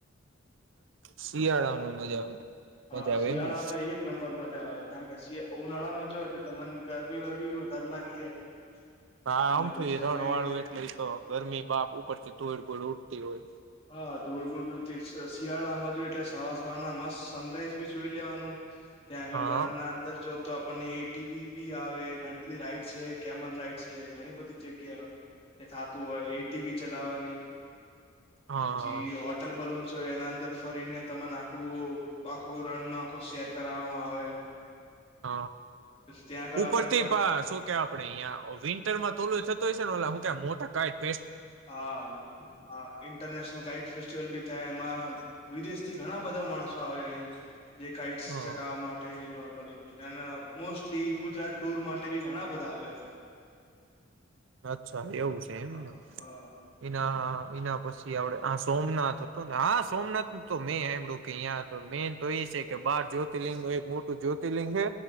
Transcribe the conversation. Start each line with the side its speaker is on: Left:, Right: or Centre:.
Right: શિયાળામાં મજા આવે મજા
Left: હા
Right: આવે
Left: શિયાળામાં
Right: એમ ને
Left: એક નંબર મ જા આવે કારણકે ઉનાળા મજા હોય તો તો મને ગરબી વરબીી વધારે લાગી જાય
Right: હા
Left: એટલે
Right: આમ
Left: પછી
Right: થું
Left: તમે
Right: રણ વાળું એટલેતો ગરમી બાપ ઉપર થી ધોળ ભૂળ ઉડતી હોય
Left: હા દોડૂ શિયાળામાં જો એટલે સવા સવારના મસ્ત સનરાઈઝ ભી જોઈ લેવાનું ત્યાં આગળ
Right: હા
Left: રનના અંદર જો તો આપણને એ ટીવી બી આવે ઘણી બધી રાઈડ છે કેમલ રાઈડ છે ઘણી બધી જગ્યા તે થાતું હોય એટીવી ચલાવાની
Right: હા
Left: પછી હોટલ બલૂન છે એના અંદર ફરીને તમાર આખું આખું રણ નો આખો શેર ફરાવામાં આવે
Right: હ
Left: પછી ત્યાં આગળ
Right: ઉપરથી
Left: આપડે
Right: પા શું કેવા આપડે અહિયા વિન્ટરમાં તો થતો હશે ને મોટા કાઈ
Left: હા હા ઇન્ટરનેશનલ કાઇટ ફેસ્ટિવલ ભી થાય એ મા વિદેશ થી ઘણા બધા માણસો આવે અહી જે કઇટ
Right: હા
Left: ચકાવવા માટે ડો મોસ્ટલી ગુજરાત ટુર માટે બી ઘણા બધા આવે
Right: અચ્છા એવું છે એમ
Left: હા
Right: ના
Left: હા
Right: એના એના પછી આવડે સોમનાથ હતો ને હા સોમનાથ ન તો મેં સાડું કે અહં મેન તો એ છે તો બાર જ્યોતિર્લિંગ નું એક મોટું જ્યોતિર્લિંગ હે